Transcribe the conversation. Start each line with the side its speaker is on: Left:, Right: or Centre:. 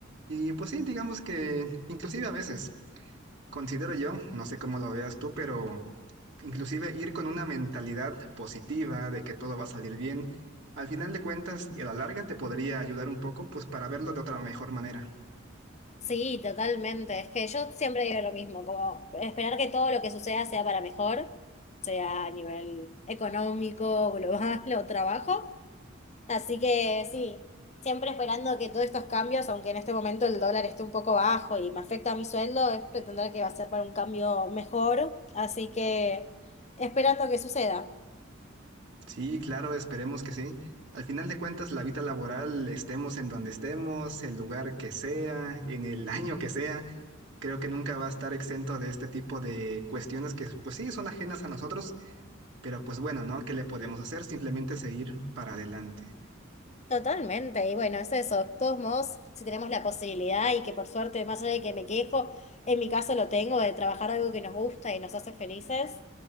Right: Y pues sí, digamos que inclusive a veces considero yo, no sé cómo lo veas tú, pero inclusive ir con una mentalidad positiva de que todo va a salir bien, al final de cuentas y a la larga te podría ayudar un poco, pues para verlo de otra mejor manera.
Left: Sí, totalmente. Es que yo siempre digo lo mismo, como esperar que todo lo que suceda sea para mejor, sea a nivel económico, global <laughs> o trabajo. Así que sí, siempre esperando que todos estos cambios, aunque en este momento el dólar esté un poco bajo y me afecta a mi sueldo, es pretender que va a ser para un cambio mejor. Así que esperando que suceda.
Right: Sí, claro, esperemos que sí. Al final de cuentas, la vida laboral, estemos en donde estemos, el lugar que sea, en el <laughs> año que sea, creo que nunca va a estar exento de este tipo de cuestiones que, pues sí, son ajenas a nosotros, pero pues bueno, ¿no? ¿Qué le podemos hacer? Simplemente seguir para adelante.
Left: Totalmente, y bueno, es eso. De todos modos, si tenemos la posibilidad y que por suerte, más allá de que me quejo, en mi caso lo tengo, de trabajar algo que nos gusta y nos hace felices,